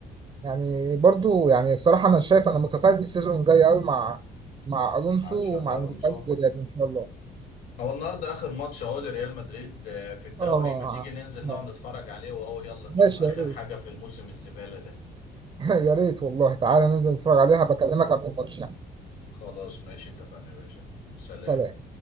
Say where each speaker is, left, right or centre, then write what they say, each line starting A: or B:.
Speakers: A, on the right; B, on the left.
A: يعني برضه يعني الصراحة أنا شايف أنا متفائل السيزون الجاي أوي مع مع ألونسو
B: مع تشابي
A: ومع المدرب
B: الونسو
A: الجديد إن شاء الله
B: هو النهارده اخر ماتش اهو لريال مدريد آه، في الدوري
A: اه
B: ما تيجي ننزل
A: اه
B: نقعد نتفرج عليه وهو يلا نشوف
A: ماشي
B: اخر
A: يا ريت
B: حاجة في الموسم الزبالة ده
A: <laughs> يا ريت والله تعالى ننزل نتفرج عليها بكلمك قبل الماتش يعني
B: خلاص ماشي اتفقنا يا باشا سلام
A: سلام